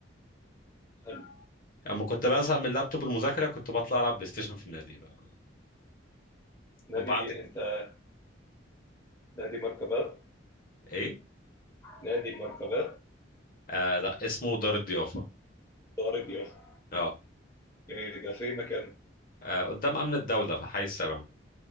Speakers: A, on the left; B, on the left.
A: حلو
B: اما كنت بزهق من اللابتوب المذاكره كنت بطلع العب بلاي ستيشن في النادي بقى.
A: نادي
B: وبعد ك-
A: انت نادي مركبات
B: ايه
A: نادي المركبات
B: آه لا اسمه دار الضيافه
A: دار اليافا
B: اه
A: إيه ده في مكانه
B: آه، قدام امن الدوله في حي السبع